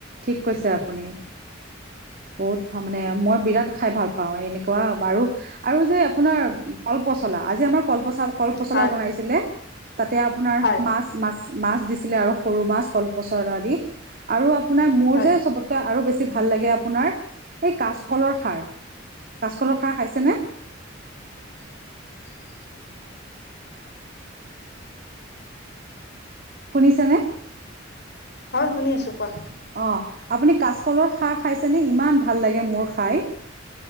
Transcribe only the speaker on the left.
<unintelligible> <inaudible>
হয়
হয়
হয়
<unintelligible> <inaudible>
হয় শুনি আছো কোৱা